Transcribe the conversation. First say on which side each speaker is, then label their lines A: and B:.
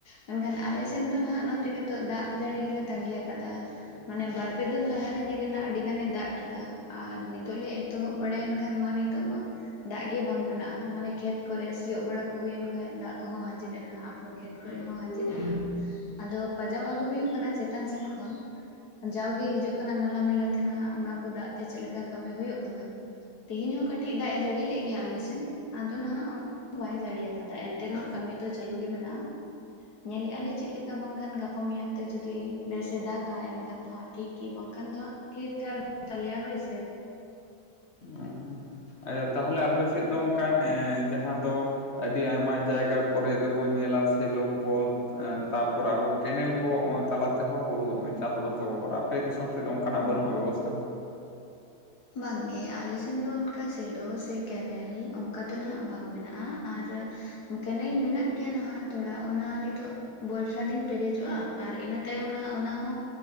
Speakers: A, on the left; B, on the left.
A: ᱢᱮᱱᱠᱷᱟᱱ ᱟᱞᱮ ᱥᱮᱱ ᱫᱚ ᱱᱟᱸᱦᱜ ᱱᱚᱛᱮ ᱱᱤᱛᱚᱜ ᱫᱟᱜ ᱡᱟᱹᱲᱤ ᱜᱮᱞᱮ ᱛᱟᱸᱜᱤ ᱟᱠᱟᱫᱟ᱾ ᱢᱟᱱᱮ ᱵᱟᱨ ᱯᱮ ᱫᱤᱱ ᱞᱟᱦᱟᱨ ᱨᱮ ᱧᱮᱞ ᱮᱱᱟ ᱟᱹᱰᱤ ᱜᱟᱱᱮ ᱫᱟᱜ ᱠᱮᱫᱟ ᱟᱨ ᱱᱤᱛᱚᱜ ᱞᱮ ᱮᱛᱚᱦᱚᱵ ᱵᱟᱲᱟᱭᱮᱱ ᱠᱷᱟᱱ ᱢᱟ ᱱᱤᱛᱚᱜ ᱢᱟ, ᱫᱟᱜ ᱜᱮ ᱵᱟᱝ ᱢᱮᱱᱟᱜᱼᱟ᱾ ᱢᱟᱱᱮ ᱠᱷᱮᱛ ᱠᱚᱨᱮ ᱥᱤᱭᱳᱜ ᱵᱟᱲᱟ ᱠᱚ ᱦᱩᱭᱮᱱ ᱠᱷᱟᱡ ᱫᱟᱜ ᱠᱚᱦᱚᱸ ᱟᱸᱡᱮᱫ ᱮᱱᱟ, ᱠᱷᱮᱛ ᱠᱚᱨᱮ ᱦᱚᱸ ᱟᱸᱡᱮᱫ ᱮᱱᱟ, ᱟᱫᱚ ᱯᱟᱡᱟᱣ ᱟᱹᱜᱩ ᱦᱩᱭᱩᱜ ᱠᱟᱱᱟ ᱪᱮᱛᱟᱱ ᱥᱮᱱ ᱠᱷᱚᱱ, ᱡᱟᱣᱜᱮ ᱦᱤᱡᱩᱜ ᱠᱟᱱᱟ ᱱᱟᱞᱟ ᱱᱟᱞᱟᱛᱮ ᱱᱟᱸᱦᱜ ᱚᱱᱟ ᱠᱚ ᱫᱟᱜ ᱛᱮ ᱪᱮᱫ ᱞᱮᱠᱟ ᱠᱟᱹᱢᱤ ᱦᱩᱭᱩᱜ ᱠᱟᱱᱟ, ᱛᱮᱦᱮᱧ ᱦᱚᱸ ᱠᱟᱹᱴᱤᱡ ᱫᱟᱜ ᱮ ᱡᱟᱹᱲᱤ ᱞᱮᱫ ᱜᱮᱭᱟ ᱟᱞᱮ ᱥᱮᱱ, ᱟᱫᱚ ᱱᱟᱸᱦᱜ ᱵᱟᱭ ᱡᱟᱹᱲᱤ ᱟᱠᱟᱫᱟ ᱮᱱᱛᱮ ᱨᱮᱦᱚᱸ ᱠᱟᱹᱢᱤ ᱫᱚ ᱪᱟᱹᱞᱩ ᱜᱮ ᱢᱮᱱᱟᱜᱼᱟ᱾ ᱧᱮᱞ ᱮᱜᱟᱞᱮ ᱪᱮᱫ ᱞᱮᱠᱟ ᱵᱟᱝᱠᱷᱟᱱ ᱜᱟᱯᱟ ᱢᱮᱭᱟᱝ ᱛᱮ ᱡᱩᱫᱤ ᱵᱮᱥ ᱮ ᱫᱟᱜ ᱟ ᱭ᱾ᱮᱱᱠᱷᱟᱱ ᱫᱚ ᱦᱟᱸᱜ ᱴᱷᱤᱠ ᱜᱤ, ᱵᱟᱝᱠᱷᱟᱱ ᱫᱚ ᱦᱟᱸᱜ ᱛᱷᱤᱨ ᱛᱷᱟᱨ ᱛᱟᱞᱮᱭᱟ ᱦᱳᱭ ᱥᱮ᱾
B: ᱚ <unintelligible> ᱟᱫᱚ ᱛᱟᱦᱚᱞᱮ ᱟᱯᱮ ᱥᱮᱫ ᱫᱚ ᱚᱱᱠᱟᱱ ᱡᱟᱦᱟ ᱫᱚ, ᱟᱹᱰᱤ ᱟᱭᱢᱟ ᱡᱟᱭᱜᱟ ᱠᱚᱨᱮᱫ ᱫᱚᱵᱚᱱ ᱧᱮᱞᱟ ᱥᱮᱞᱚ ᱠᱚ, ᱛᱟᱯᱚᱨ ᱟᱵᱚ ᱠᱮᱱᱮᱞ ᱠᱚ ᱛᱟᱞᱟ ᱛᱮᱦᱚᱸ ᱦᱩᱲᱩ ᱪᱟᱥ ᱵᱟᱥ ᱫᱚᱠᱚ ᱠᱚᱨᱟᱣ, ᱟᱯᱮ ᱫᱤᱥᱚᱢ ᱥᱮᱫ ᱫᱚ ᱚᱱᱠᱟᱱᱼᱟᱜ ᱵᱟᱹᱱᱩᱜᱼᱟ ᱵᱮᱵᱚᱥᱛᱟ?
A: ᱵᱟᱝᱜᱮ ᱟᱞᱮ ᱥᱮᱱ ᱫᱚ ᱚᱱᱠᱟ ᱥᱮᱞᱚ ᱥᱮ ᱠᱮᱱᱮᱞ ᱚᱱᱠᱟ ᱫᱚ ᱱᱟᱦᱟᱜ ᱵᱟᱝ ᱢᱮᱱᱟᱜᱼᱟ, ᱟᱨ ᱠᱮᱱᱮᱞ ᱢᱮᱱᱟᱜ ᱜᱮᱭᱟ ᱱᱟᱦᱟᱜ ᱛᱷᱚᱲᱟ, ᱚᱱᱟ ᱱᱤᱛᱚᱜ ᱵᱚᱨᱥᱟ ᱫᱤᱱ ᱯᱮᱨᱮᱡᱚᱜᱼᱟ, ᱟᱨ ᱤᱱᱟᱹ ᱛᱟᱭᱚᱢ ᱱᱟᱦᱟᱜ ᱚᱱᱟᱦᱚᱸ